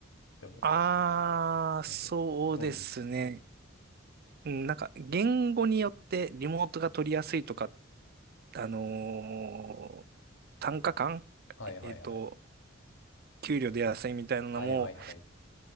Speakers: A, on the left; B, on the right.
A: て思った。
B: ああ、
A: そうそう、
B: そうですね。
A: そういう意味。
B: うん、なんか言語によってリモートが取りやすいとか、あのー単価感、
A: はいはいはい。
B: えっと、給料出やすいみたいなのも、
A: はいはいはい。